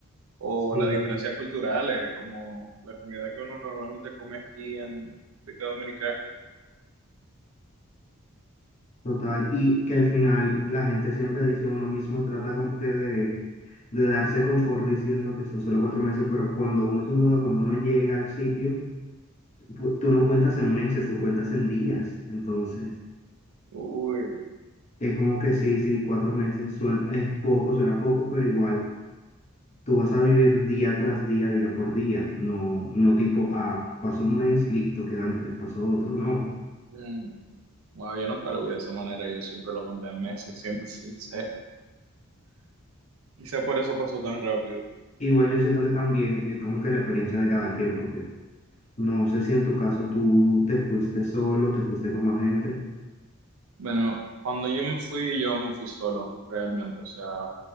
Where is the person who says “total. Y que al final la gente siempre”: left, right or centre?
Left